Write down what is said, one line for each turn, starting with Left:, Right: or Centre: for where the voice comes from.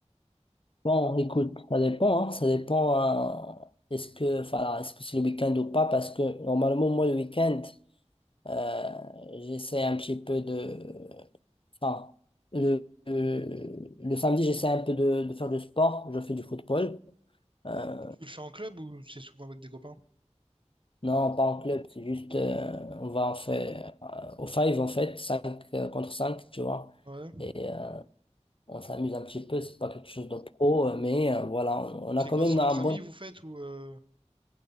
Left: Bon, écoute, ça dépend, hein. Ça dépend, hein, est-ce que, enfin, est-ce que c'est le week-end ou pas, parce que normalement, moi, le week-end, euh, j'essaie un petit peu de, enfin, le, le, le samedi, j'essaie un peu de, de faire du sport, je fais du football. Euh,
Right: Tu le fais en club ou c'est souvent avec des copains?
Left: non, pas en club, c'est juste, euh, on va en faire, euh, au five, en fait, 5 euh, contre cinq tu vois.
Right: Ouais.
Left: Et euh, on s'amuse un petit peu, c'est pas quelque chose de pro, euh, mais euh, voilà, on, on
Right: C'est
Left: a quand
Right: quoi,
Left: même
Right: c'est entre
Left: un bon
Right: amis vous faites ou... euh,